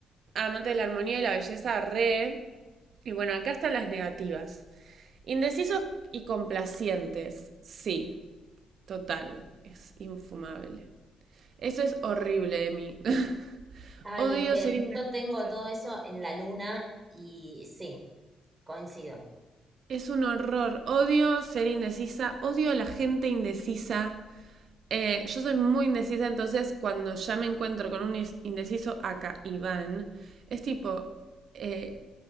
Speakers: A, on the right; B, on the right.
A: amante de la armonía y la belleza, re. Y bueno, acá están las negativas. Indecisos y complacientes, sí, total, es infumable. Eso es horrible de mí. <laughs>
B: Ay,
A: Odio
B: es que
A: ser indecisa.
B: yo tengo todo eso en la luna y sí, coincido.
A: Es un horror. Odio ser indecisa. Odio a la gente indecisa. Eh, yo soy muy indecisa, entonces cuando ya me encuentro con un indeciso acá, Iván, es tipo, eh,